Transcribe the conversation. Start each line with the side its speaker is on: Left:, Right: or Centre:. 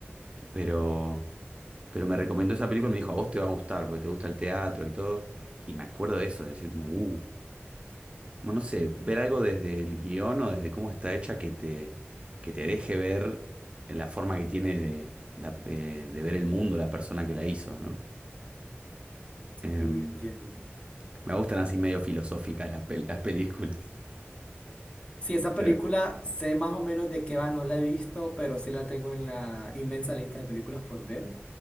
Right: Pero, pero me recomendó esa película y me dijo, a vos te va a gustar porque te gusta el teatro y todo. Y me acuerdo de eso, de decir como, uh, bueno, no sé, ver algo desde el guión o desde cómo está hecha que te, que te deje ver la forma que tiene de, la- eh, de ver el mundo la persona que la hizo, ¿no? Em,
Left: Sí, entiendo.
Right: me gustan así medio filosóficas las pel- las películas.
Left: Sí, esa película
Right: Pero,
Left: sé más o menos de qué va, no la he visto, pero sí la tengo en la inmensa lista de películas por ver.